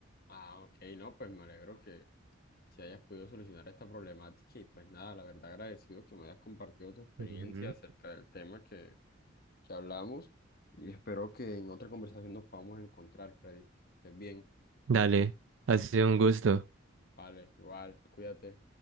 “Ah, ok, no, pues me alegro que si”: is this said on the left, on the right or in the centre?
Left